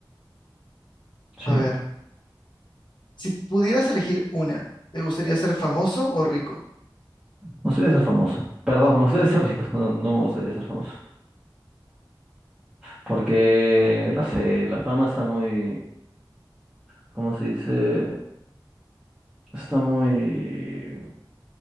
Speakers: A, in the centre; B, on the left (about 65°).
A: Sí.
B: A
A: Me
B: ver, si pudieras elegir una, ¿te gustaría ser famoso o rico?
A: gustaría ser famoso. Perdón, <laughs> me gustaría ser rico. No, no me gustaría ser famoso. Porque, no sé, la fama está muy, ¿cómo se dice? Está muy...